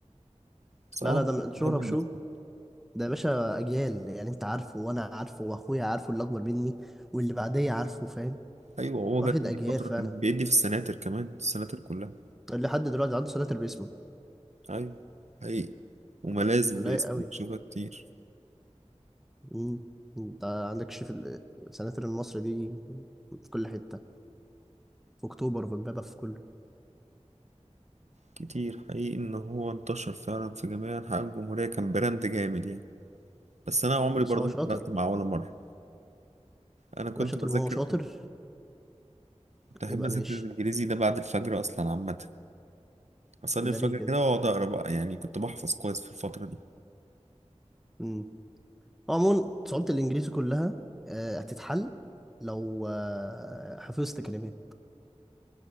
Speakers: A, on the right (about 70°); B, in the centre.
A: صعب
B: لا لا ده من شهرة
A: بحب
B: وشو
A: الناس دي.
B: ده يا باشا اجيال يعني انت عارفه وانا عارفه واخويا عارفه اللي اكبر مني واللي بعديه عارفه فاهم
A: ايوه هو
B: واخد
A: جت دي
B: اجيال
A: فتره
B: فعلا
A: كان بيدي في السناتر كمان السناتر كلها
B: اللي حد دلوقتي عنده سناتر باسمه
A: ايوه حقيقي وملازم
B: آه، رايق
A: باسمه
B: قوي
A: بشوفها كتير
B: مم. انت عندك شريف ال- السناتر المصري دي في كل حتة في اكتوبر وفي امبابة في كله
A: كتير حقيقي ان هو انتشر فعلا في جميع انحاء الجمهوريه كان براند جامد يعني بس انا عمري
B: بس
A: برضه
B: هو شاطر
A: ما حضرت معاه ولا مره انا كنت
B: يبقى شاطر
A: بذاكر
B: ما هو شاطر
A: كنت احب
B: يبقى
A: اذاكر
B: ماشي
A: الانجليزي ده بعد الفجر اصلا عامه اصلي
B: ده
A: الفجر
B: ليه كده
A: كده واقعد اقرا بقى يعني كنت بحفظ كويس في الفتره دي
B: امم عموما صعوبة الإنجليزي كلها آه، هتتحل لو آه، حفظت كلمات